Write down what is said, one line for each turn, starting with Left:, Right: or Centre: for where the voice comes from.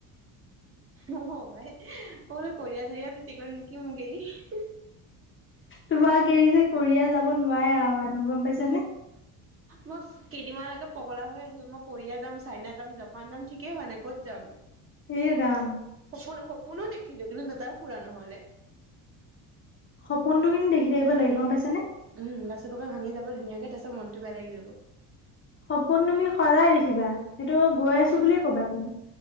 Right: অ ভাই মই বোলো কৰিয়া চৰিয়া গুচি গ'ল নেকি মোক এৰি
Left: তোমাক এৰি যে কৰিয়া যাব নোৱাৰে আৰু মানুহ গম পাইছ নে।
Right: মই কেইদিনমানলৈকে পগলা হৈ আছিলো মই কৰিয়া যাম চাইনা যাম জা পান যাম ঠিকেই হোৱা নাই ক'ত যাম।
Left: এ ৰাম।
Right: সপোন সপোনো দেখিলো কিন্তু দোটাও পুৰা নহ'লে।
Left: সপোনটো কিন্তু দেখি থাকিব লাগে, গম পাইছা নে!
Right: উম লাষ্টত গৈ পেলাই ভাঙি যাব ধুনীয়াকে তাৰপিছত মনটো বেয়া লাগি যাব।
Left: সপোন তুমি সদায় দেখিবা, সেইটো গৈ আছো বুলিয়ে ক'বা তুমি